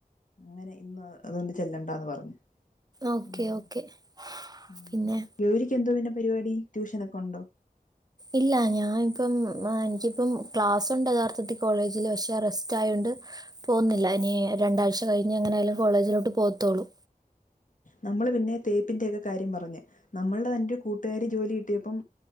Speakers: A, on the left; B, on the right.
A: അങ്ങനെ ഇന്നോ അതോണ്ട് ചെല്ലണ്ടാന്ന് പർഞ്ഞ്.
B: ഓക്കെ
A: ഉം
B: ഓക്കെ
A: ഉം
B: പിന്നെ
A: ഗൗരിക്ക് എന്തുവാ പിന്നെ പരിവാടി? ട്യൂഷനൊക്കൊണ്ടോ?
B: ഇല്ല ഞാ ഇപ്പം എനിക്കിപ്പം ക്ലാസുണ്ട് യഥാർത്ഥത്തി കോളേജില് പക്ഷെ റെസ്റ്റ് ആയോ ണ്ട് പോന്നില്ല. ഇനി രണ്ടാഴ്ച കഴിഞ്ഞ് എങ്ങനായാലും കോളേജിലോട്ട് പോത്തോള്ളൂ.
A: നമ്മള് പിന്നെ തേപ്പിൻ്റേക്ക കാര്യം പറഞ്ഞ്. നമ്മൾട തന്റെ കൂട്ടുകാരി ജോലി കിട്ടിയപ്പം